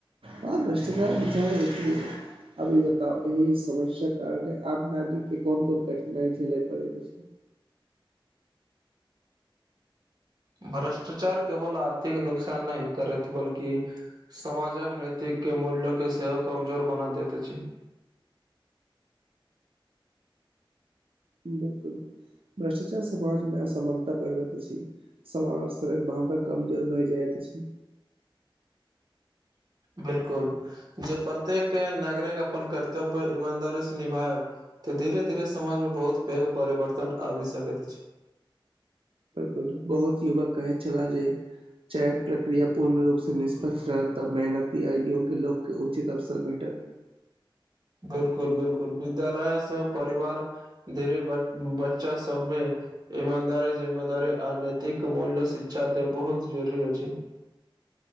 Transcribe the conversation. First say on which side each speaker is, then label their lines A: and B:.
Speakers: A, on the right; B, on the right.
A: ह भ्रष्टाचार बझा रल <inaudible> अभी बताउ एहि समस्या कारणे आप नागरिक के कोन -कोन कठिनाइ झेलय पड़ैत अछि।
B: भ्रष्टाचार केवल आर्थिक नुकसान नई करैत बलकि समाजक नैतिकके मूल्यके सेहो कमजोर बना दैत अछि।
A: बिलकुल भ्रष्टाचार समाज मे असमानता बढ़बैत अछि। सामन्य सड़क भावना कमजोर भए जाइत अछि।
B: बिलकुल जे प्रत्येक के नागरिक अपन कर्तव्य ईमानदारी से निभायब तऽ धीरे - धीरे समाज में बहुत पेघ परिवर्तन आबि सकैत छी।
A: बिलकुल बहुत युवक कहै छला जे चयक प्रक्रिया पूर्ण रूपसँ निष्पक्ष रहत तऽ मेहनती आ योग्य लोककेँ उचित अवसर भेटत।
B: बिलकुल -बिलकुल विद्यालयसँ परिवार गरीबक बच्चा सब मे इमदारी, जिमेदारी आ नैतिक मूल्य शिक्षा दे बहुत जरूरी अछि।